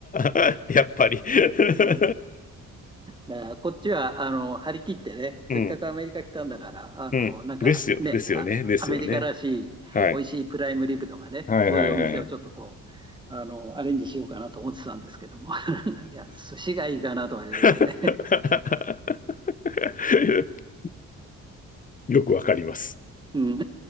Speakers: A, on the left; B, on the right.
A: あ、<laughs> やっぱり <laughs>
B: うん、だからこっちはあの張り切ってね、せっかくアメリカ来たんだから、
A: うん、
B: あのなんかね、
A: うん。ですよ、ですよね、
B: あアメリカらしい美味しいプライムリブとかね、
A: ですよね。はい。はいはいはい。
B: そういうお店をちょっとこう、あのアレンジしようかなと思ってたんですけども、<laughs> いや、寿司がいいかなとか言われてね。
A: <laughs> よくわかります。
B: うん、